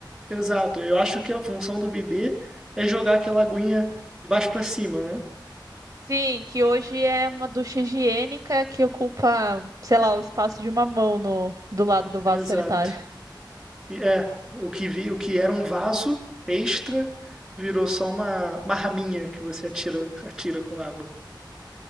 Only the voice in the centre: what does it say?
exato. Eu acho que a função do bidê é jogar aquela aguinha de baixo pra cima, né?
Exato.
E é, o que vi, o que era um vaso extra virou só uma, uma raminha que você atira, <laughs> atira com água.